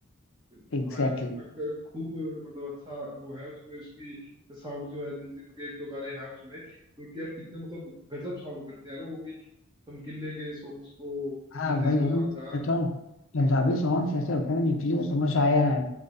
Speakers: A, on the right (about 20°); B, on the left (about 65°).
A: हाँ
B: एग्जैक्टली
A: यार कितना
B: exactly.
A: क- खूब मतलब अच्छा वो है उसमें उसकी साउंड जो है दिलजीत के एक दो गाने हैं उसमें तो कि यार कितने मतलब गजब साउंड करते हैं ना वो भी समकिल्ले के सॉन्ग्स को
B: हाँ
A: दिलजीत
B: वही
A: दोसांझ
B: है ना मतलब
A: गा रहा
B: कहता
A: है
B: हूँ पंजाबी सॉन्ग्स ऐसे होते
A: हम्म
B: हैं निकले वो समझ आया ना